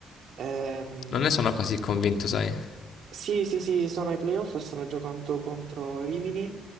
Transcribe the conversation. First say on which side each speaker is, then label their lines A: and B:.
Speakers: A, on the right; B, on the left.
A: Ehm,
B: Non ne sono così convinto, sai.
A: sì, sì, sì, sono ai playoff, stanno giocando contro Rimini